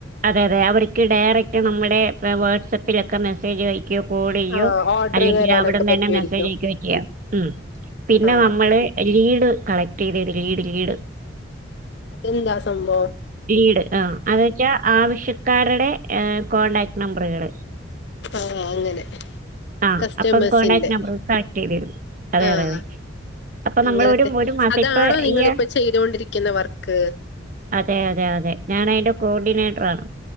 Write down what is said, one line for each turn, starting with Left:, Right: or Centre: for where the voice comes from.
Right: അതെ അതെ അവർക്ക് ഡയറക്ട് നമ്മെടെ വാട്സപ്പിലൊക്കെ മെസ്സേജ് അയക്ക്യോ കോളെയ്യോ
Left: ആ ഓർഡർ
Right: അല്ലെങ്കിൽ
Left: തരാനൊക്കെ
Right: അവെടെന്നെന്നെ
Left: പറ്റുമായിരിക്കും
Right: മെസ്സേജ് അയക്കുവോ ചെയ്യണം ഉം പിന്നെ
Left: ആ
Right: നമ്മള് ലീഡ് കളക്ട് ചെയ്തിട് ലീഡ് ലീഡ്.
Left: അതെന്താ സംഭവം
Right: ലീഡ് ആഹ് അതെ ക്യാ ആവശ്യക്കാര്ടെ ഏ കോൺടാക്ട് നമ്പറ്കള്
Left: പാ അങ്ങെനെ
Right: ആ.
Left: കസ്റ്റമേസിന്റെ
Right: അപ്പം കോൺടാക്റ്റ് നമ്പർ കളക്ട് ചെയ്തിടും. അതെ,
Left: ആഹ്
Right: അതെ, അതെ. അപ്പൊ
Left: അങ്ങെനെത്തെ
Right: നമ്മളൊരു ഒരു ഒരു മാസം
Left: അതാണോ
Right: ഇപ്പൊ
Left: നിങ്ങളിപ്പൊ
Right: ഇയ്യ്
Left: ചെയ്തോണ്ടിരിക്കുന്ന വർക്ക്?
Right: അതെ അതെ അതെ ഞാൻ അതിന്റെ കോർഡിനേറ്ററാണ്.